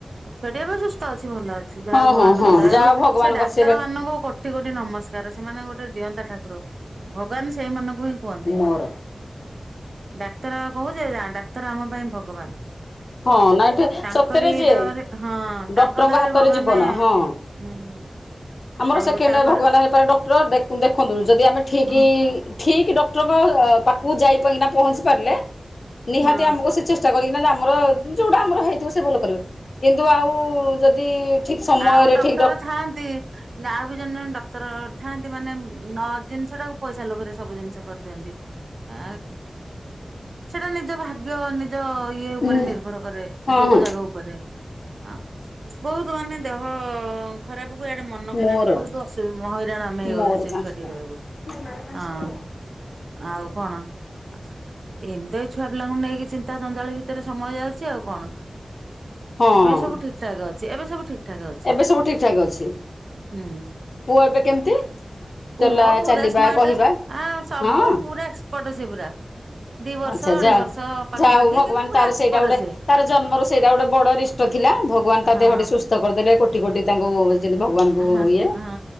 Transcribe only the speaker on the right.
ଛୁଆ ଟି ଏବେ ସୁସ୍ଥ ଅଛି। ଭଲ ଅଛି ଯାହା
ଭଗବାନଙ୍କ
ଦୟାରୁ।
ସେ ଡାକ୍ତର
ମାନଙ୍କୁ କୋଟି କୋଟି ନମସ୍କାର ସେମାନେ ଗୋଟେ ଜିଅନ୍ତା ଠାକୁ କୁର ଭଗବାନ୍ ସେଇମାନଙ୍କୁ ହିଁ କୁହନ୍ତି।
ଡାକ୍ତର କହୁଛେ ଯାହା ଡାକ୍ତର ଆମ ପାଇଁ ଭଗବାନ୍।
ତାଙ୍କରି
ଦେହରେ ହଁ
ତାଙ୍କ ଦେହରେ
ଭଗବାନେ
ହୁଁ।
ଆଉ
ତାପରେ
ହଁ
ହଁ
ଆଉ ଡକ୍ଟର
ଥାଆନ୍ତି ଆଉ ବି ଜଣେ ଜଣେ ଡକ୍ଟର ଥାଆନ୍ତି ମାନେ ନ ଜିନିଷ ଟାକୁ ପଇସା ଲୋଭରେ ସବୁ ଜିନିଷ କରିଦିଅନ୍ତି ଆ ସେଟା ନିଜ ଭାଗ୍ୟ ନି ନିଜ ଇଏ ଉପରେ
ନିର୍ଭର କରେ ଯୋଗ
ଯାଗ ଉପରେ ଆ ବୋହୁତୁ ମାନେ ଦେହ ଖରାପ କୁ ଇଆଡ଼େ ମନ ଖରାପ
ବୋହୁତୁ ଅସୁବି ମ ହଇରାଣ ଆମେ ହେଇଗଲୁ
ସେଇ
ଛୁଆଟି ବେଳକୁ
ହଁ। ଆଉ କଣ ଆ ଆ। ଏମ୍ ତି ଏ ଛୁଆ ପିଲାଙ୍କୁ ନେଇକି ଚିନ୍ତା ଜଞ୍ଜାଳ ଭିତରେ ସମୟ ଯାଉଚି ଆଉ କଣ।
ଏବେ ସବୁ ଠିକ୍ ଠାକ୍ ଅଛି ଏବେ ସବୁ ଠିକ୍ ଠାକ୍ ଅଛି
ହୁଁ।
ପୁଅ
ପୁରା
ସ୍ମାର୍ଟ
ଆ ସବୁ
ପୁରା ଏକ୍ସପର୍ଟ ସେ ପୁରା। ଦି ବର୍ଷ
ଅଢେଇ
ବର୍ଷ ପାଖାପାଖି
କିନ୍ତୁ ପୁରା
ଏକ୍ସପର୍ଟ
ସିଏ।
ହଁ
ହାଁ
ହଁ